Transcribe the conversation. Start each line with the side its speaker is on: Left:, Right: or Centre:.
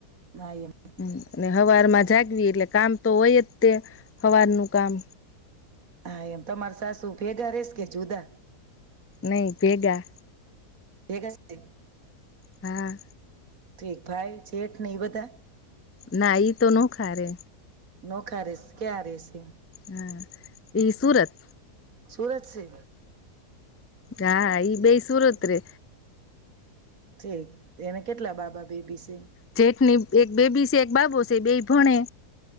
Right: હા એમ
Left: હમ્મ, અને હવારમાં જાગવી એટલે કામ તો હોય જ તે. હવારનું કામ
Right: હા, એમ તમાર સાસુ ભેગા રેસ કે જુદા?
Left: નય, ભેગા.
Right: એ કશે
Left: હા.
Right: ઠીક ભાઈ જેઠ ને ઈ બધા?
Left: ના, ઈ તો નોખા રે.
Right: નોખા રેસ, ક્યાં રે સે?
Left: હા, ઈ સુરત.
Right: સુરત સે?
Left: હા, ઈ બેય સુરત રે.
Right: ઠીક એને કેટલા બાબા બેબી છે?
Left: જેઠની એક બેબી છે એક બાબો છે બેય ભણે.